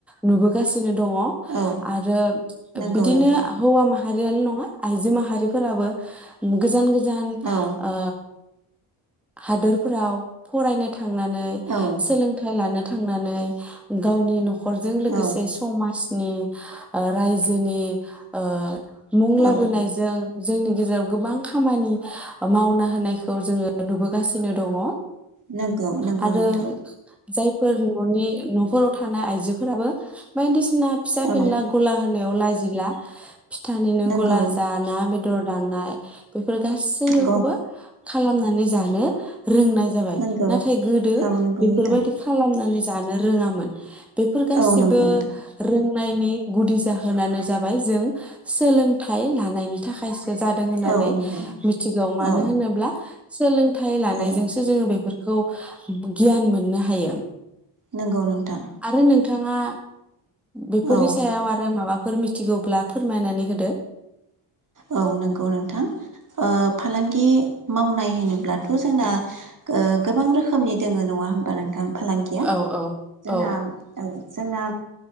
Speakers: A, in the centre; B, on the right (about 40°).
A: नुबोगासिनो बिदिनो दङ
B: औ
A: आरो
B: नंगौ
A: बिदिनो
B: नोंथां
A: हौवा मा- आरो नङा आइजो माहारिफोराबो गोजान गोजा- गोजान
B: औ
A: ओ हादोरफोराव फरायनो थांनानै
B: औ
A: सोलोंथाइ लानो थांनानै गावनि न'खर न'खरजों लोगोसे
B: औ
A: समाज नि ओ रायजोनि ओ मुं लाबोनायजों
B: औ
A: जोंनि गेजेराव गोबां खामानि मावना होनायखौ जोङो नुबोगासिनो दङ।
B: नोंगौ नोंगौ
A: आरो
B: नोंथां
A: जायफोर न'नि न'फोराव थानाय आइजो फोराबो बायदि सिना फिसा
B: औ
A: फेनला गला होनायव लाजिला फिथानिनो
B: नंगौ
A: गला जा ना बे दर दाननाय बेफोर गासैखौबो
B: नंगौ
A: खालामनानै जानो रोंनाय जाबाय
B: नंगौ
A: नाथाय गोदो
B: औ नंगौ
A: बेफोरबायदि
B: नोंथां
A: खालामनानै जानो रोङामोन बेफोर
B: औ
A: गासिबो
B: नंगौ नोंथां
A: रों नाइनि गुदि जाहोनानो जाबाय जों सोलोंथाइ लानायनि थाखाय जादों होननानै
B: औ नंगौ
A: मिथिगौ मानो
B: औ
A: होनोब्ला सोलों- थाइ लानायजोंसो
B: औ
A: जोङो बेफोर खौ गियान मोननो हायो
B: नंगौ नोंथां
A: आरो नोंथाङा बेफोरनि
B: औ
A: सायाव आरो माबा- फोर मिथिगौब्ला फोरमायनानै होदो
B: औ नोंगौ नोंथां ओ फालांगि मावनाय होनोब्लाथ' जोंना ओ गोबां रोखोमनि दोङो नङा होमबा नोंथां। फालांगिया
A: औ
B: जोंना
A: औ
B: औ जोंना